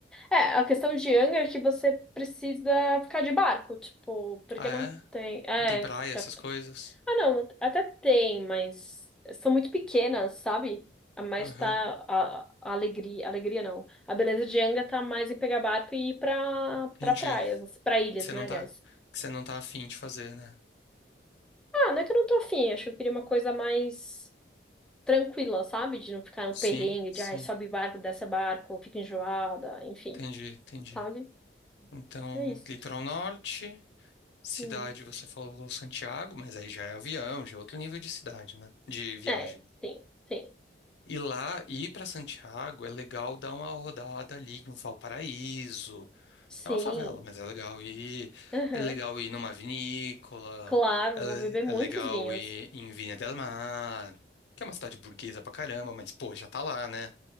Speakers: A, in the centre; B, on the left.
A: É, a questão de Angra é que você precisa ficar de barco, tipo, porque
B: Ah, é?
A: não tem. É.
B: Não tem praia,
A: pra
B: essas coisas?
A: Ah, não, até tem, mas são muito pequenas, sabe? A mais
B: Aham.
A: tá a, a alegria, alegria não. A beleza de Anga tá mais em pegar barco e ir pra,
B: Entendi.
A: pra praias, assim, pra ilhas,
B: Você
A: né,
B: não
A: aliás.
B: tá, você não tá afim de fazer, né?
A: Ah, não é que eu não tô afim, acho que eu queria uma coisa mais tranquila, sabe? De não ficar no
B: Sim,
A: perrengue,
B: sim.
A: de ai, sobe barco, desce barco, fica enjoada, enfim,
B: Entendi, entendi.
A: sabe?
B: Então,
A: É isso.
B: litoral norte. Cidade,
A: Hum.
B: você falou Santiago, mas aí já é avião, já é outro nível de cidade, né? De viagem.
A: É, tem, tem.
B: E lá, ir para Santiago é legal dar uma rodada ali em Valparaíso.
A: Sim.
B: É uma favela, mas é legal ir.
A: Aham.
B: É legal ir numa vinícola.
A: Claro, vou beber
B: É,
A: muitos
B: é legal
A: vinhos.
B: ir em Viña del Mar, que é uma cidade burguesa pra caramba, mas pô, já tá lá, né?